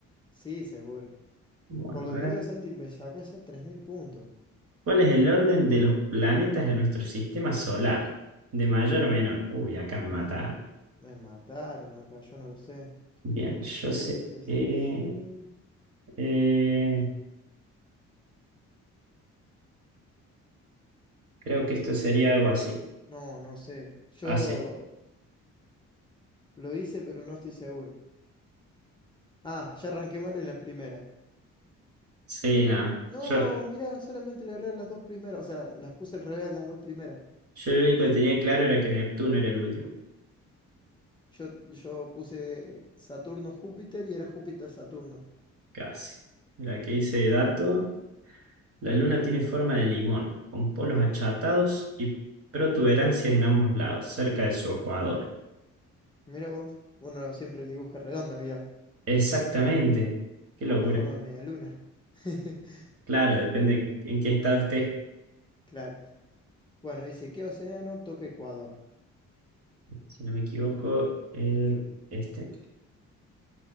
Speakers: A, on the left; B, on the right.
A: Sí, seguro.
B: Bueno,
A: Por lo
B: a ver.
A: que veo, Santi, me sacás ya 3.000 puntos.
B: ¿Cuál es el orden de los planetas de nuestro sistema solar? De mayor a menor. Uy, acá me mataron.
A: Me mataron acá, yo no lo sé.
B: Bien, yo
A: Creo
B: sé
A: que eso es
B: que...
A: así.
B: eh, creo que esto sería algo así.
A: No, no sé. Yo
B: Así.
A: lo hice, pero no estoy seguro. Ah, ya arranqué mal en la primera.
B: Sí, nada.
A: No,
B: Yo,
A: mirá, solamente le erré a las dos primeras. O sea, las puse al revés a las dos primeras.
B: yo lo único que tenía claro era que Neptuno era el último.
A: Yo, yo puse Saturno-Júpiter y era Júpiter-Saturno.
B: Casi. Mira, que dice dato. La luna tiene forma de limón, con polos achatados y protuberancias en ambos lados, cerca de su ecuador.
A: Mira vos. Bueno, siempre el dibujo es redondo había.
B: Exactamente. Qué locura.
A: O con forma de media luna. <laughs>
B: Claro, depende en qué estado estés.
A: Claro. Bueno, dice, ¿qué océano toca Ecuador?
B: Si no me equivoco, el, este,